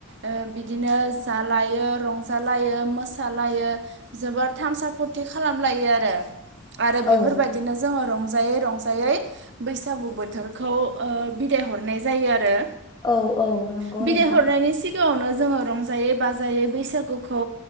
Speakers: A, on the right; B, on the left.
A: ओ बिदिनो जालायो रंजालायो मोसालायो जोबोर थामसाफुरथि खालामलायो आरो आरो बेफोरबायदिनो
B: औ
A: जोङो रं रंजायै रंजायै बैसागु बोथोरखौ ओ बिदाय हरनाय जायो आरो
B: औ औ नंगौ
A: बिदाय
B: नोंथां
A: हरनायनि सिगाङावनो जोङो रंजायै बाजायै बैसागुखौ